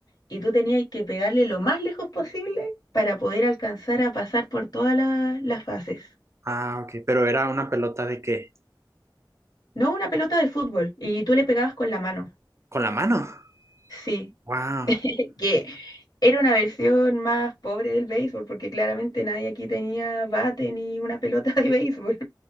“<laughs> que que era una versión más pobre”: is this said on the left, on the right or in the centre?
Left